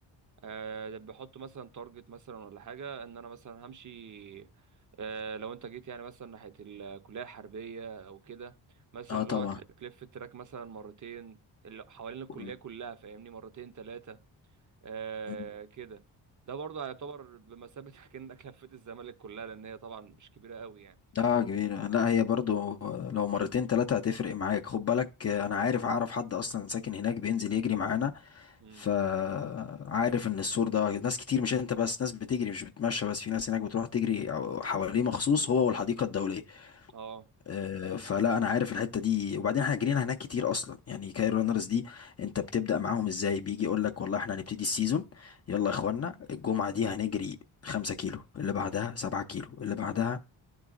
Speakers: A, on the right (about 40°); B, on the left (about 35°).
A: أه بحط مثلا تارجت مثلا ولا حاجه ان انا مثلا همشي أه لو انت جيت يعني مثلا ناحيه الكليه الحربيه او كده مثلا
B: اه
A: اللي
B: طبعا
A: هو تل- تلف التراك مثلا مرتين اللي حوالين الكليه
B: مم.
A: كلها فاهمني مرتين ثلاثه أه
B: مم.
A: كده ده برضه هيعتبر بمثابه <laughs> كأنك لفيت الزمالك كلها لان هي طبعا مش كبيره قوي
B: لا كبيرة لا هي برضو لو مرتين تلاتة هتفرق معاك خد بالك انا عارف اعرف حد اصلا ساكن هناك بينزل يجري معانا
A: يعني
B: فعارف ان السور ده ناس كتير مش انت بس ناس بتجري مش بتمشى بس في ناس هناك بتروح تجري حواليه مخصوص هو والحديقة الدولية
A: اه
B: آه، فلا انا عارف الحته دي وبعدين احنا جرينا هناك كتير اصلا يعني كاير رانرز دي انت بتبدا معاهم ازاي بيجي يقول لك والله احنا هنبتدي السيزون يلا يا اخوانا الجمعه دي هنجري 5 كيلو اللي بعدها 7 كيلو اللي بعدها